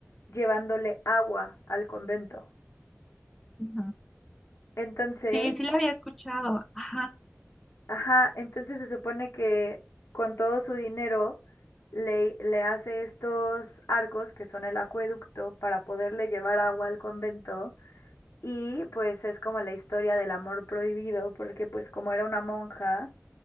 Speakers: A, on the left (about 65°); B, in the centre.
A: llevándole agua al convento.
B: Ujú.
A: Entonces,
B: Sí, sí la había escuchado. Ajá.
A: Ajá, entonces se supone que con todo su dinero le, le hace estos arcos que son el acueducto para poderle llevar agua al convento y pues es como la historia del amor prohibido porque pues como era una monja